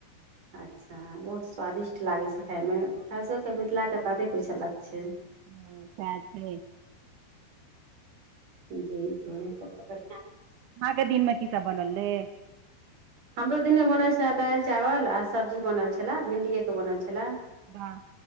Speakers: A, on the right; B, on the right.
A: अच्छा बहुत स्वादिष्ट लागै छै खायमे खास कऽ कऽ मिथिला के बाते कुछ अलग छै
B: हँ सेह छै
A: जी जी तब तऽ बढ़िया
B: आहांके दिनमे की सब बनल रहै
A: हमरो दिने मे बनल छले दालि चावल आ सब्जी बनल छले भिण्डीए के बनल छले
B: वाह